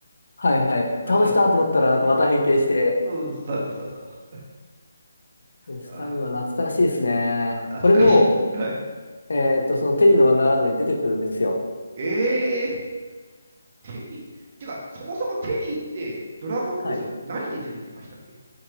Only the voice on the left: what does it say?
はいはい。
倒したと思ったら、なんかまた変形して、
ウェスタームーア懐かしいですね。
これも、
えっと、そのテリーのワンダーランドに出てくるんですよ。
はい。